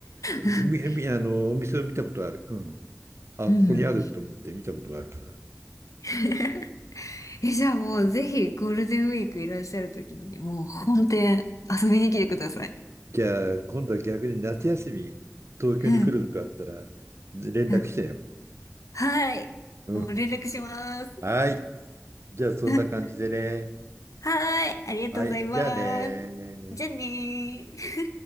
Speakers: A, on the right (about 55°); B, on the left (about 85°).
A: み、
B: うん。
A: み、あの、お店を見たことある。うん。あ、
B: うん
A: ここにあると思って見たことがあるから。
B: <laughs> え、じゃあもうぜひゴールデンウィークいらっしゃるときに、もう本店遊びに来てください。
A: じゃあ、今度は逆に夏休み、東京に来ることあったら、
B: うん。
A: 連絡してよ。
B: うんはい。
A: うん。
B: もう連絡します。
A: はい。じゃあ、そんな感じでね。
B: <laughs> はい。ありがとうございます。
A: はい。じゃあね。
B: じゃあねー。